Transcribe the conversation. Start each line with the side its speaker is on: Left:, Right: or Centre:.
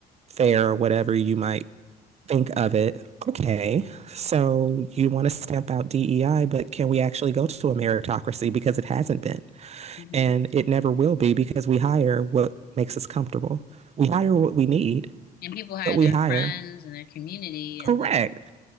Right: fair or whatever you might think of it okay so you want to stamp out dei but can we actually go to a meritocracy because it hasn't been
Left: hmm
Right: and it never will be because we hire what makes us comfortable we hire what we need
Left: And people hire
Right: but we
Left: their
Right: hire
Left: friends and their community and
Right: correct
Left: then